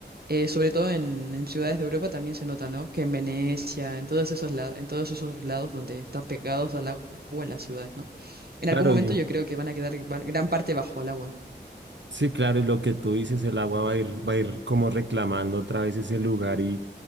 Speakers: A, on the right; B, on the right.
A: Eh, sobre todo en, en ciudades de Europa también se nota, ¿no? Que en Venecia, en todos esos lados, en todos esos lados donde están pegados al agua en las ciudades, ¿no? En
B: Claro,
A: algún momento
B: y
A: yo creo que van a quedar van- gran parte bajo el agua.
B: Sí, claro, y lo que tú dices, el agua va a ir, va a ir como reclamando otra vez ese lugar y